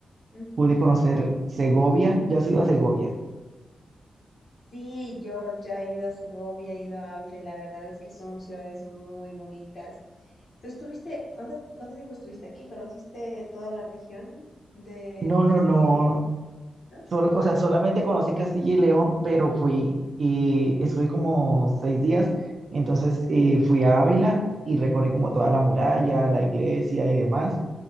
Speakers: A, on the left; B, on the right.
A: Ujú.
B: Pude conocer Segovia, ¿ya has ido a Segovia?
A: Sí, yo ya he ido a Segovia, he ido a Ávila y la verdad es que son ciudades muy bonitas. ¿Tú estuviste, cuánto, cuánto tiempo estuviste aquí? ¿Conociste toda la región de
B: No, no,
A: Castilla
B: no.
A: y León, no?
B: Sol- o sea, solamente conocí Castilla y León, pero fui y estuve como seis días. Entonces eh, fui a Ávila y recorrí como toda la muralla, la iglesia y demás.